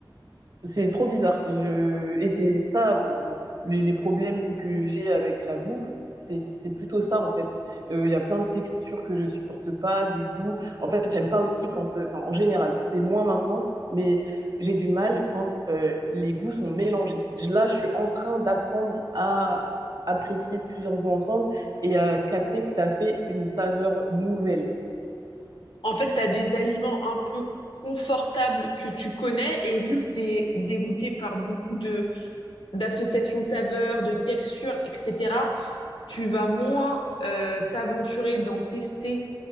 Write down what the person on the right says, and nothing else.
c'est trop bizarre. Je... Et c'est ça, enfin, on- les, les problèmes que j'ai avec la bouffe, c'est c'est plutôt ça en fait. Euh, Il y a plein de textures que je supporte pas, des goûts. En fait, j'aime pas aussi quand, euh, enfin, en général, c'est moins maintenant, mais j'ai du mal quand euh, les goûts sont mélangés. Je- Là, je suis en train d'apprendre à apprécier plusieurs goûts ensemble et à capter que ça fait une saveur nouvelle.